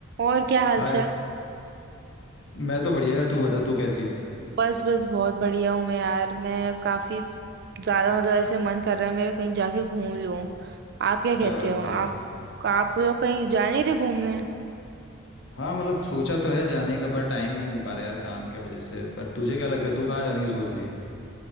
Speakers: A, on the right; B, on the left.
A: और क्या हालचाल
B: हाय मैं तो बढ़िया यार तू बता तू कैसी है
A: बस बस बहुत बढ़िया हूँ मैं यार मैं काफी ज्यादा मतलब ऐसे मन कर रहा है मेरा कहीं जाके घूम लूं आप क्या कहते
B: क्या बात
A: हो
B: कर
A: आप
B: रही है
A: आप लोग कहीं जा नहीं रहे घूमने
B: हाँ मतलब सोचा तो है जाने का पर टाइम नहीं मिल पा रहा यार काम की वजह से पर तुझे क्या लगता है तू कहाँ जाने की सोच रही है